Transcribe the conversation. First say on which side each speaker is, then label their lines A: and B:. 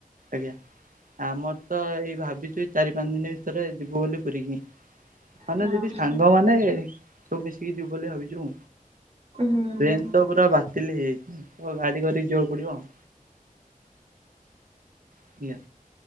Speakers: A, on the right (about 70°); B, on the right (about 45°).
A: ଆଜ୍ଞା। ଆମର ତ ଏଇ ଭାବିଛୁ ଚାରି ପାଞ୍ଚ ଦିନ ଭିତରେ ଯିବୁ ବୋଲି ପୁରୀକି। ମାନେ
B: ହଁ
A: ଯଦି
B: ହଁ।
A: ସାଙ୍ଗମାନେ ସବୁ ମିଶିକି ଯିବୁ ବୋଲି ଭାବିଛୁ
B: ହୁଁ ହୁଁ
A: ଟ୍ରେନ ତ ପୁରା ବାତିଲ ହେଇଯାଇଛି ତ ଗାଡି କରିକି ଯିବାକୁ ପଡିବ ଆଉ। ଆଜ୍ଞା।